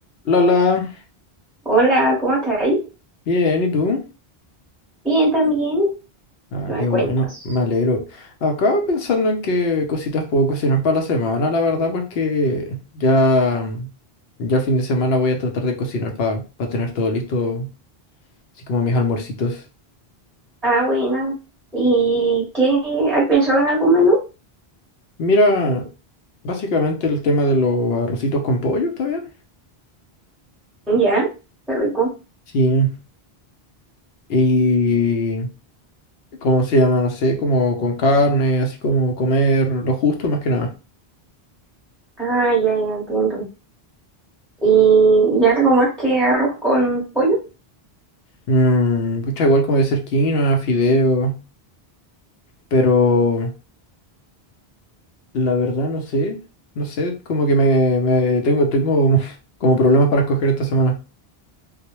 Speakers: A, on the left; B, in the centre.
A: Lala,
B: Hola, ¿cómo estás ahí?
A: bien, ¿y tú?
B: Bien, también.
A: Ah,
B: ¿Qué me
A: qué
B: cuentas?
A: bueno, me alegro. Acá pensando en qué cositas puedo cocinar para la semana, la verdad, porque ya, ya el fin de semana voy a tratar de cocinar para tener todo listo, así como mis almuercitos.
B: Ah, buena. ¿Y qué? ¿Has pensado en algún menú?
A: Mira, básicamente el tema de los arrocitos con pollo, ¿está bien?
B: Ya, qué rico.
A: Sí, y ¿cómo se llama? No sé, como con carne, así como comer lo justo más que nada.
B: Ah, ya, ya entiendo. ¿Y, y algo más que arroz con pollo?
A: Mmm, igual como de ser quinoa, fideo. Pero la verdad no sé, no sé, como que me, me tengo, tengo <laughs> como problemas para escoger esta semana.